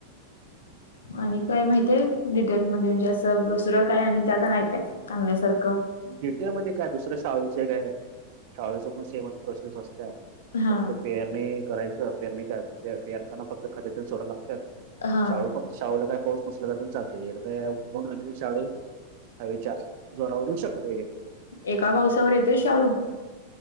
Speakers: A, on the left (about 65°); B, on the right (about 50°).
A: आणि काय माहित आहे? डिटेल मध्ये म्हणजे असं दुसरं काय आणि त्यात आहे काय सांगण्यासारखं?
B: डिटेल मध्ये काय दुसरं शाळुचं एक आहे शाळुचं पण सेमच प्रोसेस असत्या.
A: हा
B: फक्त पेरणी करायचं पेरणी काय पेर पेरताना फक्त खते ती न सोडवी लागत्यात.
A: हा
B: शाळू फक्त शाळूला काय पाऊस नसला तरी पण चालते, एकदा उगवून आले की शाळू हवेच्या जोरावर येऊ शकते.
A: एका पावसावर येतोय शाळू?